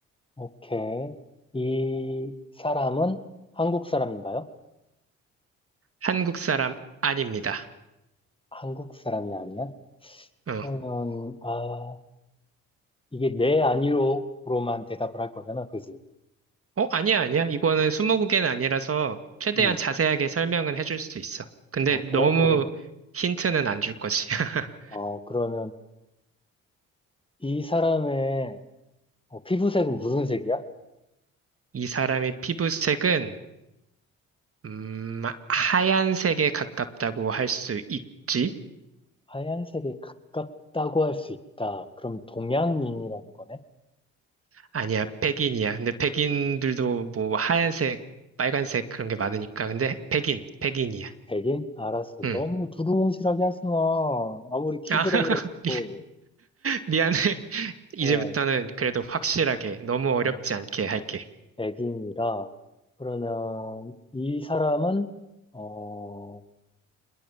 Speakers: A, on the left (about 15°); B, on the right (about 40°).
A: 오케이. 이 사람은 한국 사람인가요?
B: 한국 사람 아닙니다.
A: 한국 사람이 아니야?
B: 어.
A: 그러면, 아, 이게 네, 아니요로만 대답을 할 거잖아, 그지?
B: 어, 아니야, 아니야. 이거는 스무고개는 아니라서 최대한
A: 응.
B: 자세하게 설명은 해줄 수 있어. 근데
A: 아, 그래?
B: 너무
A: 그럼,
B: 힌트는 안 줄 거지. <laughs>
A: 어, 그러면 이 사람의 어, 피부색은 무슨 색이야?
B: 이 사람의 피부색은, 음, 하얀색에 가깝다고 할 수 있지?
A: 하얀색에 가깝다고 할 수 있다. 그럼 동양인이라는 거네?
B: 아니야, 백인이야. 근데 백인들도 뭐 하얀색, 빨간색 그런 게 많으니까. 근데 백인, 백인이야.
A: 베개? 알았어.
B: 응.
A: 너무 두루뭉실하게 하지 마. 아무리 키즈라
B: 아, <laughs>
A: 그래도,
B: 미- 미안해. 이제부터는
A: 어,
B: 그래도 확실하게, 너무
A: 어,
B: 어렵지 않게 할게.
A: 애기입니다. 그러면 이 사람은, 어,